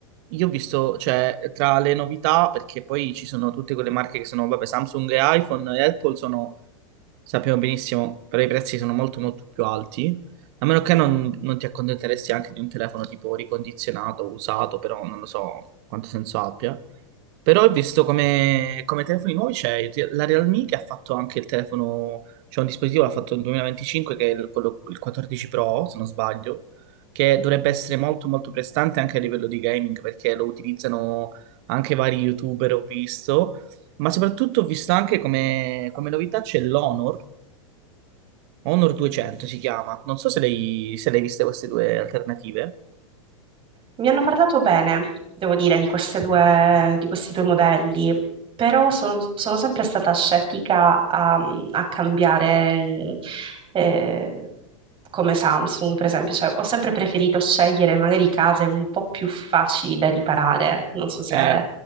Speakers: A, on the right; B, on the right.
A: io ho visto, cioè, tra le novità, perché poi ci sono tutte quelle marche che sono, vabbè, Samsung e iPhone e Apple sono, sappiamo benissimo, però i prezzi sono molto molto più alti, a meno che non, non ti accontenteresti anche di un telefono tipo ricondizionato, usato, però non lo so quanto senso abbia. Però ho visto come, come telefoni nuovi c'è ti- la Realme che ha fatto anche il telefono, c'è un dispositivo l'ha fatto nel 2025 che è il, quello- il 14 Pro, se non sbaglio, che dovrebbe essere molto molto prestante anche a livello di gaming perché lo utilizzano anche vari YouTuber, ho visto, ma soprattutto ho visto anche come, come novità c'è l'Honor, Honor 200 si chiama, non so se l'hai se l'hai viste queste due alternative.
B: Mi hanno parlato bene, devo dire, di queste due, di questi due modelli, però sono, sono sempre stata scettica a, a cambiare eh, come Samsung, per esempio. Cioè, ho sempre preferito scegliere magari case un po' più facili da riparare. Non so se,
A: Eh,